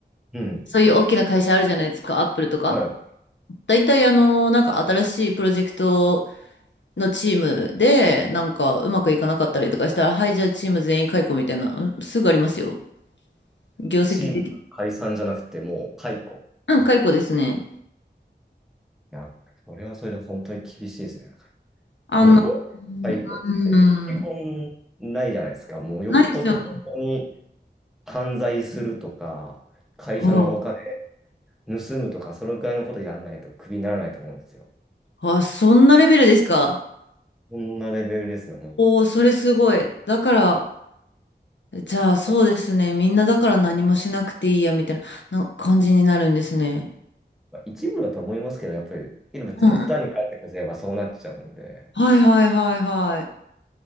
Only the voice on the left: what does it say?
そういう大きな会社あるじゃないですか、アップルとか。
大体あの、なんか新しいプロジェクトのチームで、なんかうまくいかなかったりとかしたら、はい、じゃあチーム全員解雇みたいな、うんすぐありますよ。業績でき、
うん、
解雇ですね。
あの、
うん、
ないですよね。
うん。
あ、そんなレベルですか。
おー、それすごい。だから、じゃあそうですね。
みんなだから何もしなくていいや、みたいな、な感じになるんですね。
うん。はいはいはいはい。